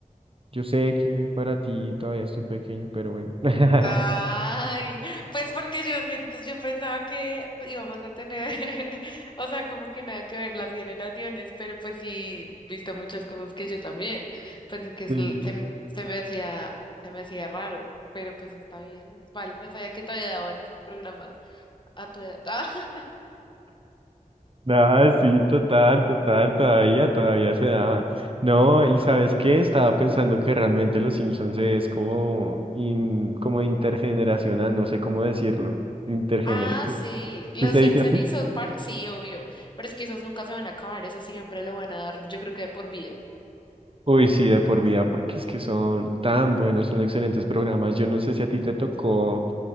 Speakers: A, on the right; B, on the left.
A: yo sé que para ti todavía estoy pequeño, pero bueno. <laughs>
B: Ay, pues porque yo siento, yo pensaba que íbamos a tener, <laughs> o sea, como que nada que ver las generaciones, pero pues sí, visto muchas cosas que yo también, pues es que es
A: Sí,
B: l- se, m- se me hacía, se me hacía raro, pero pues está bien, es vale, no sabía que todavía daban esos programas a tu edad. <laughs>
A: nada, sí, total, total, todavía, todavía se daban. No, y ¿sabes qué? Estaba pensando que realmente Los Simpsons es como, in- como intergeneracional, no sé cómo decirlo. Intergeneracional.
B: Ah, sí, los
A: ¿Sí se dice
B: Simpson
A: así?
B: y South Park, sí, obvio, pero es que esos nunca se van a acabar, esos siempre lo van a dar, yo creo que de por vida.
A: Uy, sí, de por vida, porque es que son tan buenos, son excelentes programas. Yo no sé si a ti te tocó,